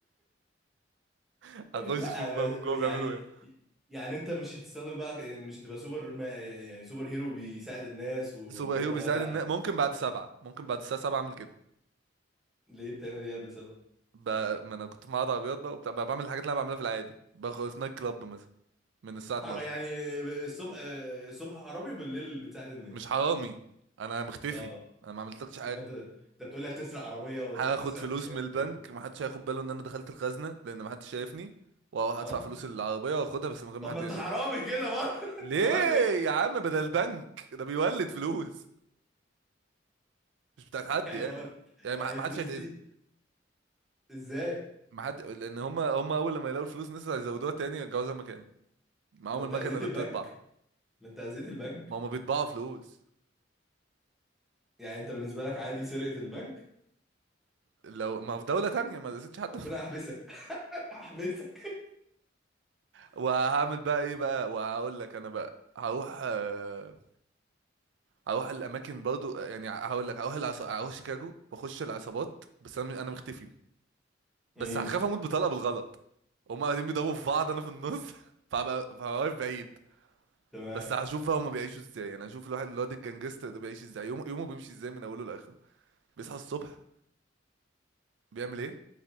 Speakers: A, on the right; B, in the centre.
A: <laughs> هخش
B: لا
A: اشوف
B: ب-
A: بقى من جوه
B: يعني
A: بيعملوا ايه
B: يعني انت مش هتستخدم بقى مش هتبقى سوبر ما يعني سوبر هيرو بيساعد الناس وكده
A: سوبر هيرو بيساعد
B: لا
A: ان ممكن بعد سبعة ممكن بعد الساعة سبعة اعمل كده
B: ليه بتعمل ايه قبل سبعة
A: ب... ما انا كنت في معرض عربيات بقى وبتاع بقى بعمل الحاجات اللي انا بعملها في العادي باخد في نايت كلاب مثلا من الساعة
B: حر...
A: 12
B: يعني الصبح الصبح حرامي وبالليل بتساعد الناس
A: مش حرامي انا مختفي
B: اه
A: انا ما عملتلكش حاجة
B: طب ما انت انت بتقول لي هتسرق عربية وتروح
A: هاخد
B: تسرق
A: فلوس
B: تيشيرت
A: من البنك
B: و...
A: ما حدش هياخد باله ان انا دخلت الخزنة لان ما حدش شايفني واروح
B: اه
A: ادفع فلوس العربية واخدها بس من غير ما
B: طب
A: حد
B: ما انت
A: يشوفني
B: حرامي كده برضه <laughs>
A: ليه
B: عملنا ايه
A: يا عم بدل البنك ده بيولد فلوس مش بتاعت حد
B: يعني
A: يعني
B: هقول
A: يعني
B: يعني
A: ما ما
B: الفلوس
A: حدش هيتأذي
B: دي ازاي
A: ما حد لان هم هم اول لما يلاقوا الفلوس الناس هيزودوها تاني يرجعوها زي ما كان معاهم
B: ما انت
A: المكنه
B: اذيت
A: اللي
B: البنك
A: بتطبع
B: ما انت اذيت البنك
A: ما هم بيطبعوا فلوس
B: يعني انت بالنسبة لك عادي سرقة البنك
A: لو ما في دوله تانية ما دستش حد
B: ربنا
A: <laughs>
B: يحبسك <laughs> احبسك
A: وهعمل بقى ايه بقى وهقول لك انا بقى هروح آه، هروح الاماكن برضو يعني هقول لك هروح العص... هروح شيكاغو واخش العصابات بس انا انا مختفي
B: امم
A: بس هخاف اموت بطلقه بالغلط هم قاعدين بيضربوا في بعض انا في النص <laughs> فهبقى فهبقى واقف بعيد
B: تمام
A: بس هشوف بقى هما بيعيشوا ازاي انا هشوف الواحد الواد الجنجستر ده بيعيش ازاي يوم يومه بيمشي ازاي من اوله لاخره بيصحى الصبح بيعمل ايه